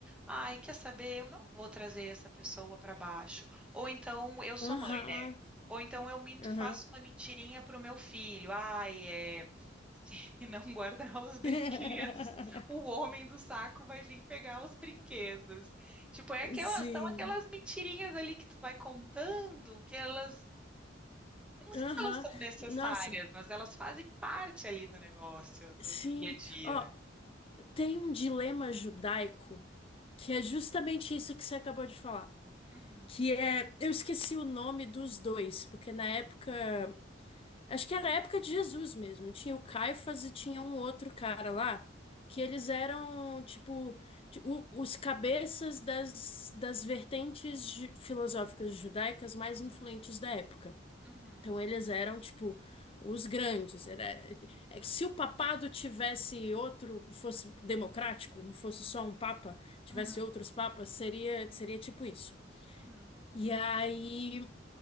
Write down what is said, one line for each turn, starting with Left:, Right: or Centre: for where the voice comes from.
Centre: ai, quer saber, eu não vou trazer essa pessoa pra baixo. Ou então, eu sou
Left: aham,
Centre: mãe, né? Ou então eu minto,
Left: aham.
Centre: faço uma mentirinha pro meu filho. Ai, é. Se <laughs> não guardar os brinquedos,
Left: <laughs>
Centre: o homem do saco vai vir pegar os brinquedos. Tipo, é aquelas,
Left: Sim,
Centre: são aquelas mentirinhas ali que tu vai contando, que elas, eu não sei
Left: aham.
Centre: se elas são necessárias,
Left: Nossa.
Centre: mas elas fazem parte ali do negócio, do,
Left: Sim,
Centre: do dia a dia.
Left: ó, tem um dilema judaico que é justamente isso que você acabou de falar.
Centre: Uhum,
Left: Que é, eu esqueci o nome dos dois, porque na época, acho que era a época de Jesus mesmo. Tinha o Caifás e tinha um outro cara lá, que eles eram, tipo, ti- o- os cabeças das, das vertentes ju- filosóficas judaicas mais influentes da época.
Centre: uhum,
Left: Então eles eram tipo os grandes. Era, é que se o papado tivesse outro, fosse democrático, não fosse só um papa, tivesse
Centre: uhum,
Left: outros papas, seria seria tipo isso.
Centre: uhum,
Left: E aí